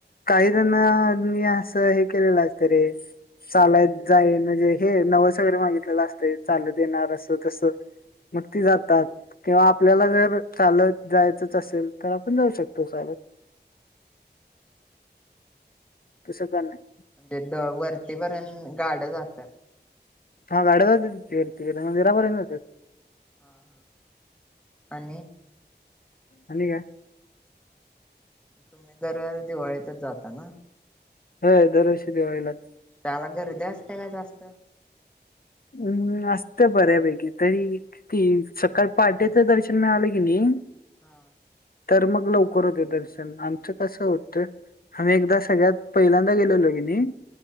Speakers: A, on the left; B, in the centre.
A: काही जणनी असं हे केलेलं असत रे चालात जाईल म्हणजे हे नवस वगैरे मागितलेलं असते चालत येणार अस तस. मग ती
B: म्हणजे
A: जातात किंवा आ पल्याला जर चालत जायचंच असेल तर आपण जाऊ शकतो चालत. तसं काय नाही.
B: म्हणजे द वरतीपर्यंत गाड्या जातात.
A: हा गाड्या जातात कि वरतीकडं मंदिरापर्यंत जातात.
B: हा हा आणि.
A: आणि काय?
B: तुम्ही दर दिवाळीतच जाता ना?
A: होय दर वर्षी दिवाळीलाच.
B: त्याला गर्दी असते काय जास्त?
A: हम्म असत बऱ्यापैकी तरी ती सकाळ पहाटेच दर्शन मिळालं कि नाही.
B: हा.
A: तर मग लवकर होते दर्शन आमचं कसं होत आम्ही एकदा सगळ्यात पहिल्यांदा गेलेलो की नाही.